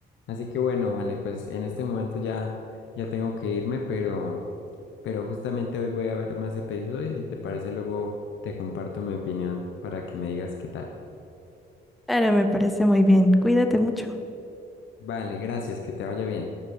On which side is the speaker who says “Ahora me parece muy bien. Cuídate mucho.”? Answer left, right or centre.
Centre